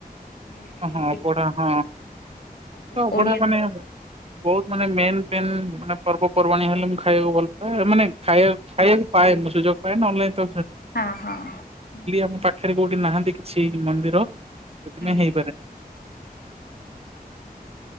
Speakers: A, on the left (about 75°); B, on the right (about 40°).
A: ଯୋଉଟା କି
B: ହ ହଁ ଅ ବଢା ହଁ
A: ସବୁ
B: ତ ଅ ବଢା
A: ଓଡିଆଙ୍କର
B: ମାନେ।
A: ପ୍ରିୟ।
B: ବହୁତ ମାନେ ମେନ୍ ମେନ୍ ମାନେ ପର୍ବପର୍ବାଣୀ ହେଲେ ମୁଁ ଖାଇବାକୁ ଭଲ ପାଏ ମାନେ ଖାଇବା ଖାଇବାକୁ ପାଏ ମୁଁ ସୁଯୋଗ। ଅନଲାଇୀଲୀ
A: ହଁ ହଁ
B: ଆମ ପା ଡେଲି। ପାଖରେ କୋଉଠି ନାହାନ୍ତି କିଛି ମନ୍ଦିର ସେଥିପାଇଁ
A: ନିହାତି
B: ହେଇ